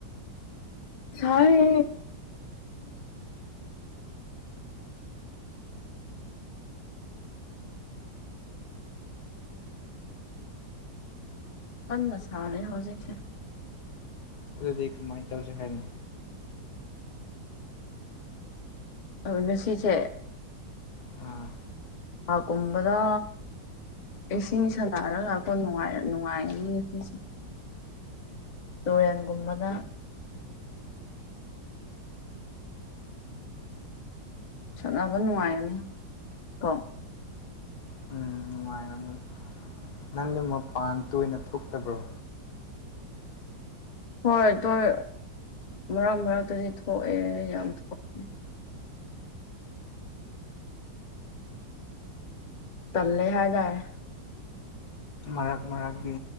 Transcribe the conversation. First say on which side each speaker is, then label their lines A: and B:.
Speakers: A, on the left (about 85°); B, on the left (about 60°).
A: ꯁꯥꯔꯦ ꯀꯟꯅ ꯁꯥꯔꯦ ꯍꯧꯖꯤꯛꯁꯦ
B: ꯑꯗꯨꯗꯤ ꯃꯥꯏ ꯇꯧꯁꯦ ꯍꯥꯏꯅꯤ
A: ꯃꯁꯤꯁꯤꯁꯦ
B: ꯑꯥ
A: ꯑ ꯀꯨꯝꯕꯗꯥ ꯏꯁꯤꯡ ꯁ ꯂꯔꯒ ꯂꯥꯛꯀꯣꯥꯏ ꯅꯨꯡꯉꯥꯏꯅꯤ ꯏꯁꯤꯡꯁꯦ ꯇꯨꯔꯦꯟꯒꯨꯝꯕꯗ ꯁꯠꯅꯕ ꯅꯨꯡꯉꯥꯏꯔꯅꯤ ꯀꯣ
B: ꯎꯝ ꯅꯨꯡꯉꯥꯏꯔꯝꯃꯅꯤ ꯅꯪꯗꯤ ꯃꯄꯥꯟ ꯇꯣꯏꯅ ꯊꯣꯛꯇꯕ꯭ꯔꯣ
A: ꯍꯣꯏ ꯇꯣꯏ ꯃꯔꯛ ꯃꯔꯛꯇꯗꯤ ꯊꯣꯛꯑꯦ ꯌꯥꯝ ꯊꯣꯛꯀꯦ ꯇꯜꯂꯦ ꯍꯥꯏꯗꯔꯦ
B: ꯃꯔꯛ ꯃꯔꯛꯀꯤ